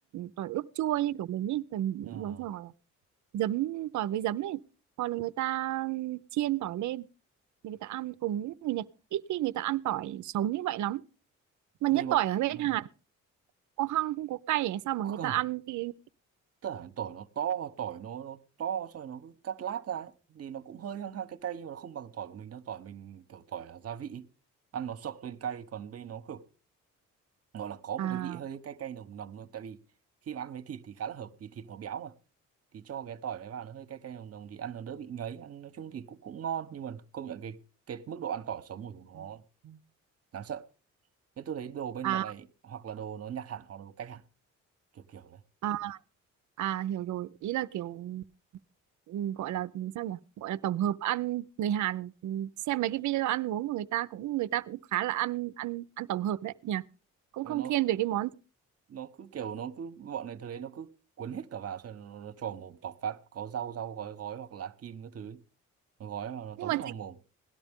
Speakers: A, on the right (about 70°); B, on the right (about 50°).
A: tỏi ướp chua như kiểu mình ấy tỏi
B: Ờ,
A: giống tỏi giấm tỏi với giấm ấy hoặc là người ta chiên tỏi lên thì người ta ăn cùng những người Nhật ít khi người ta ăn tỏi sống như vậy lắm mà
B: đây
A: nhất
B: bọn
A: tỏi ở bên
B: ừ,
A: Hàn có hăng không có cay ấy, sao mà
B: không,
A: người ta ăn cái
B: tỏi tỏi nó to, tỏi nó, nó to xong rồi nó cứ cắt lát ra ấy. Thì nó cũng hơi hăng hăng cay cay nhưng mà nó không bằng tỏi của mình đâu, tỏi mình kiểu tỏi là gia vị. Ăn nó sộc lên cay còn bên nó kiểu gọi là có
A: à
B: một cái vị hơi cay cay nồng nồng luôn tại vì khi mà ăn với thịt thì khá là hợp vì thịt nó béo mà thì cho cái tỏi đấy vào nó hơi cay cay nồng nồng thì ăn nó đỡ bị ngấy ăn nói chung thì cũng cũng ngon nhưng mà công nhận cái cái mức độ ăn tỏi sống của chúng nó đáng sợ thế tôi thấy đồ bên
A: à
B: bọn này hoặc là đồ nó nhặt hẳn hoặc là đồ cách hẳn kiểu kiểu đấy
A: à à hiểu rồi ý là kiểu ừ, gọi là sao nhỉ gọi là tổng hợp ăn người Hàn ừ, xem mấy cái video ăn uống của người ta cũng người ta cũng khá là ăn ăn ăn tổng hợp đấy nhỉ cũng
B: Ờ,
A: không
B: nó
A: thiên về cái món
B: nó cứ kiểu nó cứ bọn này tôi thấy nó cứ cuốn hết cả vào xong rồi nó, nó trò mồm tọc phát có rau rau gói gói hoặc là lá kim các thứ ấy. nó gói vào nó
A: nhưng
B: tống
A: mà
B: vào
A: chính,
B: mồm